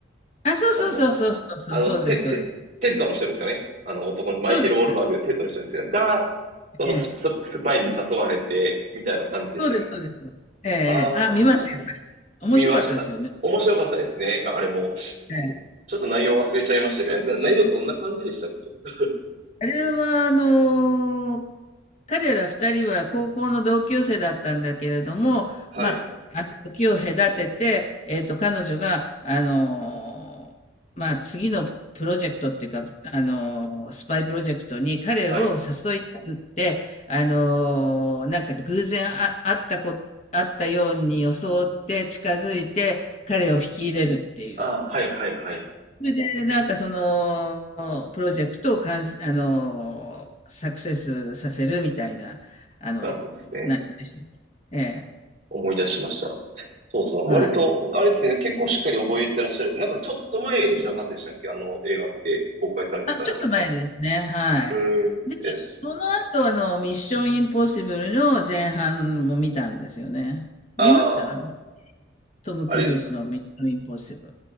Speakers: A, on the left; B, on the right.
A: あ、そうそうそうそうそうそう、
B: あの、あの、
A: そうです、
B: テ、
A: そうです。
B: テ、テッドの人ですよね。あの男のマイケル・
A: そうです。
B: ウォールバーグ、テッドの人ですよね。が、そのス、
A: ええ、
B: ススパイに誘われて、みたいな感じでしたよね。
A: そうです、そうです。ええ、ええあ、
B: ああ、
A: 見ました、やっぱり。面白かったですよね。
B: 見ました。面白かったですね。あれも。
A: ええ
B: ちょっと内容忘れちゃいましたけど、な内容どんな感じでしたっけ
A: あれは、あの、彼ら二人は高校の同級生だったんだけれども、
B: はい。
A: まあ、あの時を隔てて、えっと、彼女が、あの、まあ、次のプロジェクトっていうか、あの、スパイプロジェクトに彼を誘いたくって、
B: はい。
A: あの、なんか偶然あ、あったこ、会ったように装って近づいて彼を引き入れるっていう。
B: ああ、はいはいはい。
A: それで、なんかその、プロジェクトを完成あの、サクセスさせるみたいな、あの、
B: なるほどですね。
A: 内容でした。ええ、
B: 思い出しました。そうそう。
A: はい。
B: 割と、あれですね、結構しっかり覚えてらっしゃるんです。なんかちょっと前じゃなかったでしたっけあの映画って公開されてたの。
A: あ、ちょっと前ですね、はい。
B: うーん。
A: で、
B: え、
A: その後、あの、ミッションインポッシブルの前半も見たんですよね。
B: ああ、
A: 見ましたあの、トム・
B: あれですか。
A: クルーズのミッションインポッシブル。